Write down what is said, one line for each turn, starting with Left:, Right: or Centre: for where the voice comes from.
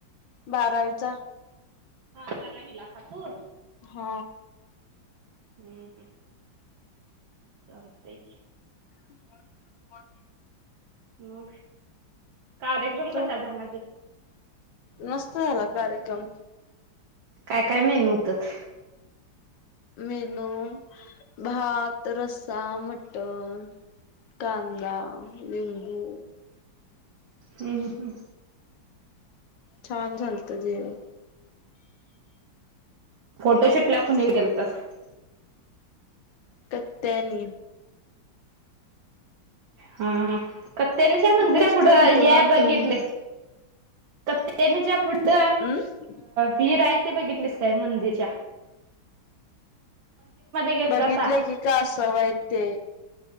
Left: बारावीचा
Right: हा बारावी ला का तू
Left: हा
Right: हम्म हम् चलतय की
Left: हो हो
Right: मग कार्यक्रम
Left: तो
Right: कसा झाला ग
Left: मस्त झाला कार्यक्रम
Right: काय काय मेनू होतात
Left: मेनू भात रस्साा मटर कांदा लिंबू
Right: हम्म ह् हम्म
Left: छान झालत जेवन
Right: फोटोशूट ला कोण गेलता का
Left: कत्यानी
Right: हा ह कत्यानीच्या मंदिरा
Left: मस्त
Right: पुढं
Left: आहे तिथं
Right: या
Left: वातावरण
Right: बघितले काट्यायनी च्या पुढ
Left: हम्
Right: फी राहिती बघितलीस काय मंदिर अचच्या गेलतासा
Left: बघितलंय की का असवय ते